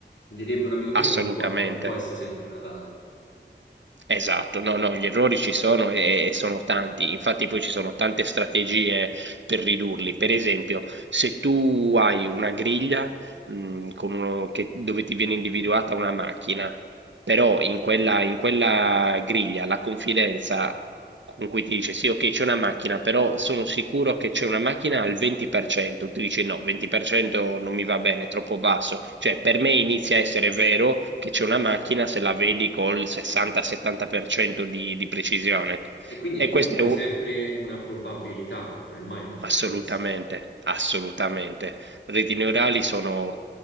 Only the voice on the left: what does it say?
direbbe un amico mio,
non può, non può essere sempre Natale.
E quindi
è comunque
sempre una probabilità, non è mai una certezza.